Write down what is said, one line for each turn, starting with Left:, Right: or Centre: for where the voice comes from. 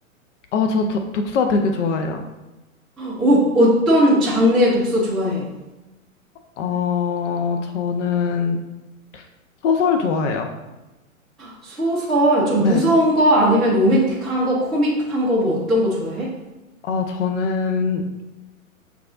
Left: 어, 저 도, 독서 되게 좋아해요.
Centre: 오, 어떤 장르의 독서 좋아해?
Left: 어, 저는 소설 좋아해요.
Centre: 소설, 좀
Left: 네.
Centre: 무서운 거 아니면 로맨틱한 거, 코믹한 거 뭐 어떤 거 좋아해?
Left: 어, 저는